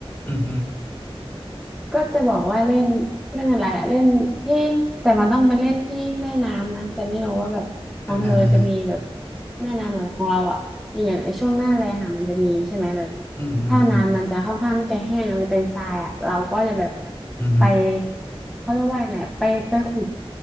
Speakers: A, on the left; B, in the centre.
A: อืมฮึ
B: ก็จะบอกว่าเล่นเล่นอะไรอะเล่นที่แต่มันต้องไปเล่นที่แม่น้ำนะแต่ไม่รู้ว่าแบบของเธอจะมีแบบ
A: อ่าฮะอ่าฮะ
B: แม่น้ำแบบของเราอ่ะอย่างไอช่วงหน้าแล้งอ่ะมันจะมีใช่ไหมแบบ
A: อืมอืมอืม
B: ถ้าน้ำมันจะค่อนข้างที่จะแห้งมันจะเป็นทรายอ่ะเราก็จะแบบ
A: อืมฮึ
B: ไปเขาเรียกว่ายังไงอะไปไปขุด